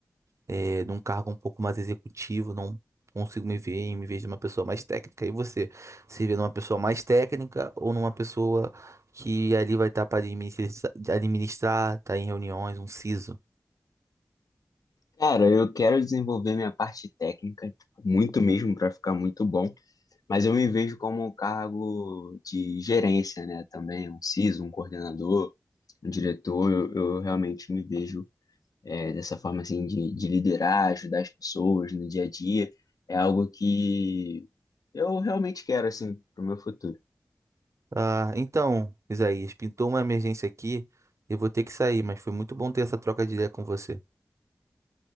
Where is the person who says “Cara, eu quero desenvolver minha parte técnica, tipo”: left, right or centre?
Left